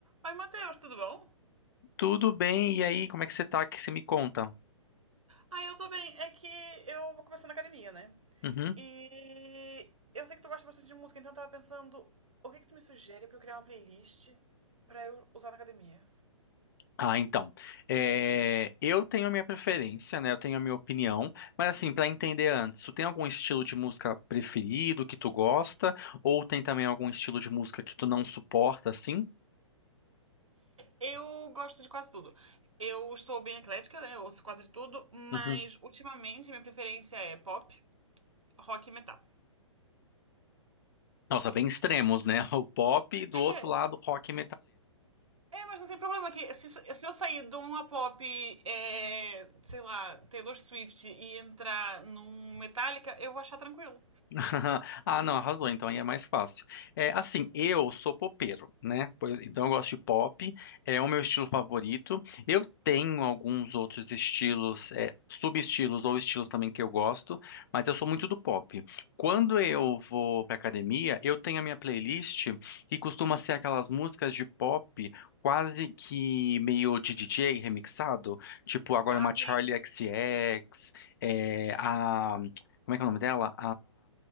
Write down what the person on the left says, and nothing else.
Tudo bem, e aí, como é que você tá? Que você me conta?
Uhum.
Ah, então. É, eu tenho a minha preferência, né? Eu tenho a minha opinião, mas assim, pra entender antes, tu tem algum estilo de música preferido que tu gosta, ou tem também algum estilo de música que tu não suporta, assim?
Uhum.
Nossa, bem extremos, né? <laughs> O pop e do
outro lado, o rock e
<laughs> Ah, não, arrasou, então aí é mais fácil. É, assim, eu sou popeiro, né? Pois- Então eu gosto de pop, é o meu estilo favorito. Eu tenho alguns outros estilos, é, subestilos ou estilos também que eu gosto, mas eu sou muito do pop. Quando eu vou pra academia, eu tenho a minha playlist que costuma ser aquelas músicas de pop quase que meio de DJ remixado, tipo agora
uma
Charli X, C X, é, a como é que é o nome dela?